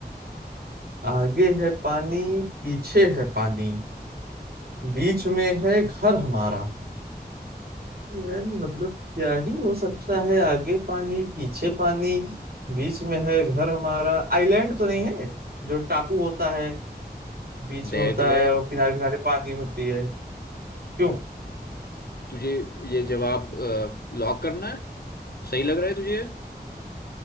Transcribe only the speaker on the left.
देख
ले
तुझे ये जवाब लॉक करना है सही लग रहा है तुझे